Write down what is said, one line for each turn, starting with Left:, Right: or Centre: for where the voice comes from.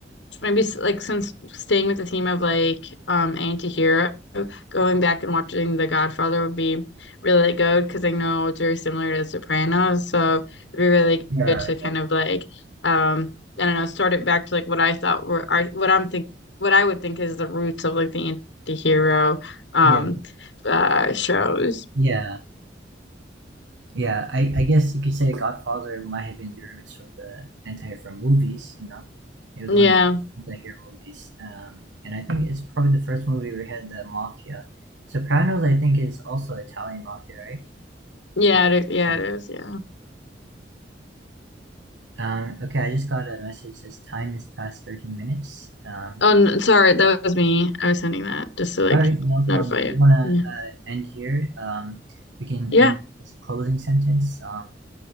Left: maybe like since staying with the theme of like um anti-hero going back and watching The Godfather would be really good because I know it's very similar to Sopranos so it'd be really
Right: Yeah,
Left: good to kind
Right: yeah,
Left: of like um I don't know start it back to like what I thought were are what I'm think what I would think is the roots of like the anti-hero um
Right: yeah,
Left: uh shows
Right: yeah. Yeah, I, I guess you could say Godfather might have been the roots of the anti hero movies, you know. It was
Left: yeah
Right: one of the anti hero movies. Um, and I think it's probably the first movie we had the mafia. Sopranos, I think, is also Italian mafia, right?
Left: yeah it, yeah
Right: Yeah.
Left: it is yeah
Right: Um, okay, I just got a message says time is past 13 minutes. Um,
Left: oh n- sorry that was me I was sending that just to like
Right: all right, no
Left: notify
Right: problem.
Left: you
Right: We want to
Left: yeah
Right: uh, end here. Um, we can
Left: yeah
Right: end with a closing sentence um,